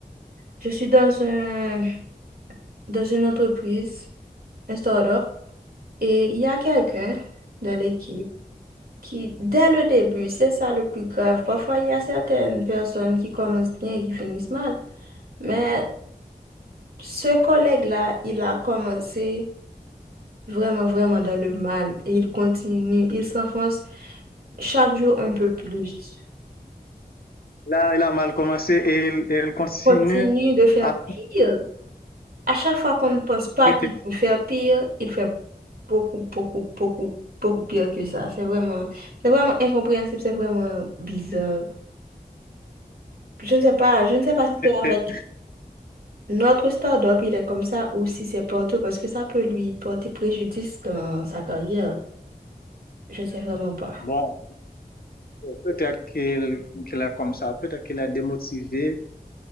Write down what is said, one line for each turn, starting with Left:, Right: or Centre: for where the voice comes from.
Right: Je suis dans un, dans une entreprise, un start-up, et il y a quelqu'un dans l'équipe qui, dès le début, c'est ça le plus grave. Parfois, il y a certaines personnes qui commencent bien et qui finissent mal. Mais ce collègue-là, il a commencé vraiment, vraiment dans le mal et il continue, il s'enfonce chaque jour un peu plus.
Left: Là, il a mal commencé et il, il continue
Right: continue de faire
Left: à
Right: pire. À chaque fois qu'on ne pense
Left: s'entraîner.
Right: pas qu'il peut faire pire, il fait beaucoup, beaucoup, beaucoup, beaucoup pire que ça. C'est vraiment, c'est vraiment incompréhensible, c'est vraiment bizarre. Je ne sais pas, je ne sais pas si c'est avec
Left: <laughs>
Right: notre start-up, il est comme ça, ou si c'est partout, parce que ça peut lui porter préjudice dans sa carrière. Je ne sais vraiment pas.
Left: Bon, peut-être qu'il qu'il est comme ça, peut-être qu'il est démotivé,